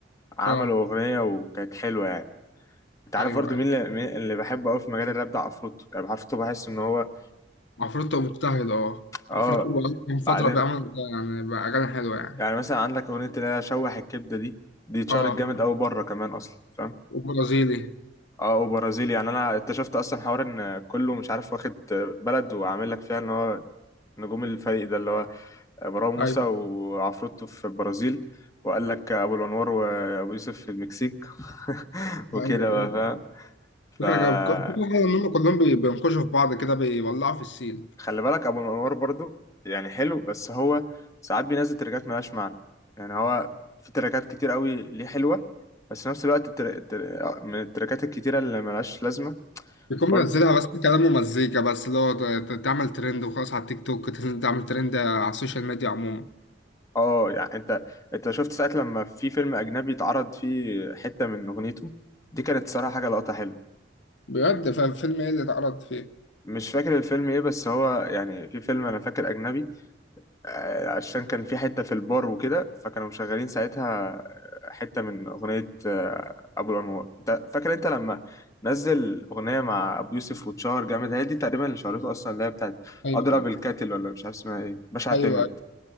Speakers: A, on the left; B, on the left.
A: عملوا
B: اه
A: أغنية وكانت حلوة يعني انت عارف
B: ايوه
A: برضو
B: ايوه
A: مين اللي, مين اللي بحبه قوي في مجال الراب ده عفروتو يعني عفروتو بحس ان هو
B: عفروتو مجتهد اه
A: اه
B: عفروتو
A: آه،
B: بقى من فترة
A: بعدين
B: بيعمل يعني بقى أغاني حلوة يعني
A: يعني مثلا عندك اغنيه اللي هي شوح الكبده دي دي اتشهرت
B: اه
A: جامد قوي بره كمان اصلا فاهم
B: وبرازيلي
A: اه وبرازيلي يعني انا اكتشفت اصلا حوار ان كله مش عارف واخد بلد وعامل لك فيها ان هو نجوم الفريق ده اللي هو مروان موسى
B: ايوه
A: وعفروتو في البرازيل وقال لك ابو الانوار وابو يوسف في المكسيك <laughs> وكده
B: ايوه
A: بقى
B: ايوه
A: فاهم
B: فكرة جاية فكرة حلوة إن هم كلهم بي- بينقشوا في بعض كده بيولعوا في السين
A: خلي بالك ابو الانوار برضو يعني حلو بس هو ساعات بينزل تراكات ملهاش معنى يعني هو في تراكات كتير قوي ليه حلوه بس في نفس الوقت التر... التر... من التراكات الكتيره اللي ملهاش لازمه
B: بيكون
A: برضو
B: منزلها بس كلام ومزيكا بس اللي هو ت- ت- تعمل ترند وخلاص على التيك توك ت- تعمل ترند على السوشيال ميديا عموما
A: اه يعني انت انت شفت ساعه لما في فيلم اجنبي اتعرض فيه حته من اغنيته دي كانت صراحه حاجه لقطه حلوه
B: بجد فالفيلم ايه اللي اتعرض فيه
A: مش فاكر الفيلم ايه بس هو يعني في فيلم انا فاكر اجنبي آه، عشان كان في حتة في البار وكده فكانوا مشغلين ساعتها آه، حتة من أغنية آه، أبو الأنوار أنت فاكر أنت لما نزل أغنية مع أبو يوسف واتشهر جامد هي دي تقريبا اللي شهرته أصلا اللي هي بتاعت
B: ايوه
A: أضرب
B: ايوه
A: الكاتل ولا مش عارف اسمها إيه باشا اعتمد
B: ايوه